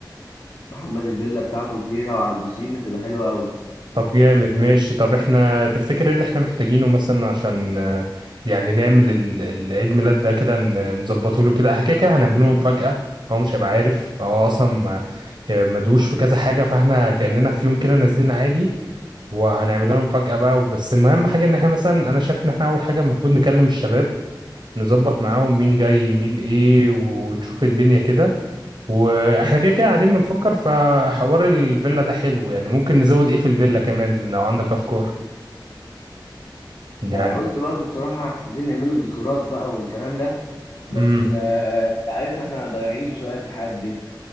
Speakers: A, on the left; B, on the right.
A: محمد الفيلا بتاعته كبيره وعلى البسين هتبقى حلوه قوي
B: طب جامد ماشي طب احنا تفتكر ايه اللي احنا محتاجينه مثلا عشان آه، يعني نعمل ال- ال- العيد ميلاد ده كده ن- نظبطه له كده احنا كده كده هنعمل له مفاجأة هو مش هيبقى عارف هو اصلا ما- آه، مدوش في كذا حاجة فاحنا كأننا في يوم كده نازلين عادي وهنعمل لهم مفاجأة بقى بس المهم حاجة ان احنا مثلا انا شايف ان احنا اول حاجة المفروض نكلم الشباب نظبط معاهم مين جاي مين ايه ونشوف الدنيا كده واحنا كده كده قاعدين بنفكر فحوار الفيلا ده حلو يعني ممكن نزود ايه في الفيلا كمان لو عندك افكار يعني
A: قلت برضو بصراحه عايزين نعمله الديكورات بقى والكلام ده بس
B: امم
A: آه، انت عارفنا احنا ضايعين شويه في الحاجات دي